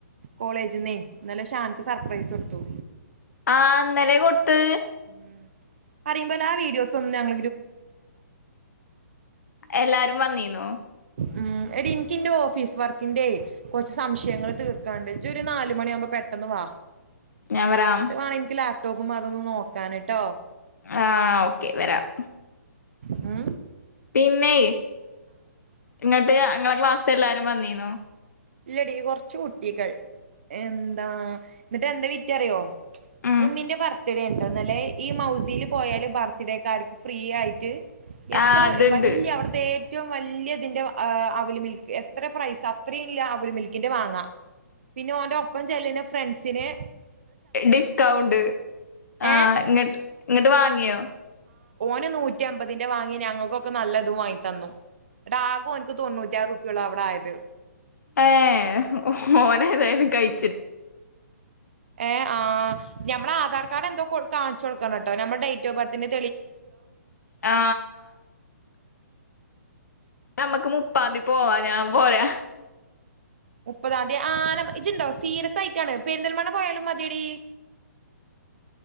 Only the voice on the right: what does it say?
കോളേജ്ന്നെ ഇന്നലെ ഷാൻക്ക് സർപ്രൈസ് കൊട്ത്തു
ഉം പറയുമ്പോലെ ആ വീഡിയോസ് ഒന്നും
ഉം എടീ ഇൻക്ക് ഇന്റെ ഓഫീസ് വർക്കിന്റെ കൊറച്ച് സംശയങ്ങൾ തീർക്കാണ്ട് ഇജ് ഒരു നാല് മണിയാവുമ്പോ പെട്ടെന്ന് വാ
വരുവാണെങ്കി ലാപ് ടോപ് മാത്രോന്ന് നോക്കാനിട്ടോ
മ്
ഇല്ലെടി കുറച്ച് കുട്ടികൾ എന്താ എന്നിട്ട് എന്താ വിറ്ററിയോ
ഉണ്ണിന്റെ ബർത്ത്ഡേൺട്ടു ഇന്നലെ ഈ മൗസീ ല് പോയാല് ബർത്ത്ഡേക്കാർക്ക് ഫ്രീ ആയിട്ട് എത്ര
വല്യ അവിട്ത്തെ ഏ റ്റവും വല്ല്യ ഇതിന്റെ ഏ അവിൽ മിൽക്ക് എത്ര പ്രൈസ് അത്രയിം ഇല്ല അവിൽ മിൽക്കിന്റെ വാങ്ങാം പിന്നെ ഓന്റെ ഒപ്പം ചെല്ലിന ഫ്രണ്ട്സ് സ്നെ
ഏ
പിന്നെ നൂറ്റി അമ്പതിന്റെ വാങ്ങി ഞങ്ങക്കൊക്കെ നല്ലതും വാങ്ങി തന്നു ഇങ്ങട്ട് ആകെ ഓൻക്ക് തൊണ്ണൂറ്റി ആറ് ഉർപ്പിയൊള്ളു അവിടെ ആയത്
ഏ ആ നമ്മള ആധാർകാർഡ് എന്തോ കൊടുത്താൺ ചൊട്ക്കണട്ടൊ നമ്മ ഡേറ്റ് ഓ ബർത്തിന്റെ
മുപ്പതാന്തി ആനാം ഇജ്ണ്ടോ സീരിയസ് ആയിട്ടാണ് പെരന്തൽമണ്ണ പോയാലും മതി എടീ